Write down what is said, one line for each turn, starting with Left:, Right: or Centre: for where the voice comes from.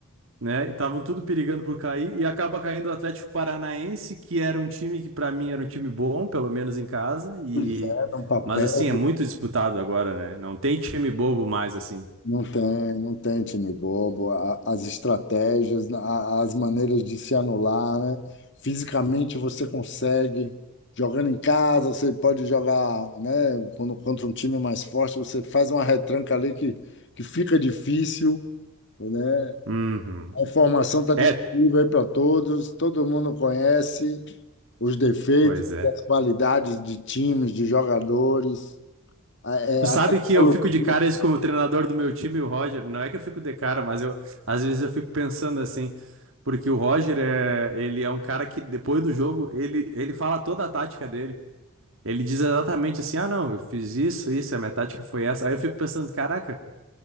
Right: né? E estavam tudo perigando por cair e acaba caindo o Atlético Paranaense, que era um time que para mim era um time bom, pelo menos em casa, e
Left: pois é, num papel,
Right: mas assim é muito disputado agora, né? Não tem time bobo mais assim.
Left: não tem, não tem time bobo. A- As estratégias, a- as maneiras de se anular, né? Fisicamente você consegue, jogando em casa, você pode jogar, né? Quando, contra um time mais forte, você faz uma retranca ali que, que fica difícil, né?
Right: Uhum.
Left: A informação está disponível
Right: É,
Left: aí para todos, todo mundo conhece os defeitos,
Right: pois é.
Left: as qualidades de times, de jogadores. A, é,
Right: Tu
Left: a
Right: sabe
Left: tecnologia
Right: que eu fico de cara isso como o treinador do meu time, o Roger. Não é que eu fico de cara, mas eu às vezes eu fico pensando assim, porque o Roger é, ele é um cara que depois do jogo, ele ele fala toda a tática dele. Ele diz exatamente assim: "Ah, não, eu fiz isso, isso, a minha tática foi essa". Aí eu fico pensando, caraca,